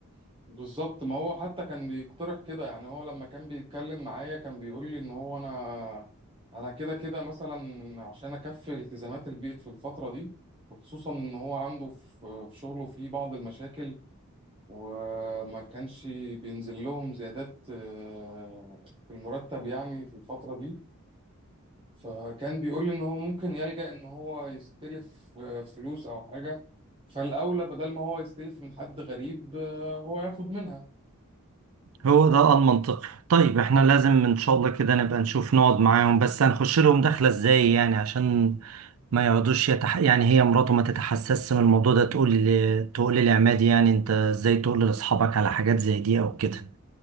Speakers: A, on the right; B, on the right.
A: بالظبط ما هو حتى كان بيقترح كده يعني هو لما كان بيتكلم معايا كان بيقول لي ان هو انا انا كده كده مثلا عشان اكفي التزامات البيت في الفتره دي وخصوصا ان هو عنده في في شغله في بعض المشاكل وما كانش بينزل لهم زيادات آه، في المرتب يعني في الفتره دي فكان بيقول لي ان هو ممكن يلجأ ان هو يستلف آه، فلوس او حاجة فالاولى بدل ما هو يستلف من حد غريب آه، هو ياخد منها
B: هو ده المنطقي طيب احنا لازم ان شاء الله كده نبقى نشوف نقعد معاهم بس هنخش لهم دخلة ازاي يعني عشان ما يقعدوش يتح... يعني هي مراته ما تتحسسش من الموضوع ده تقول ل... تقول لعماد يعني انت ازاي تقول لاصحابك على حاجات زي دي او كده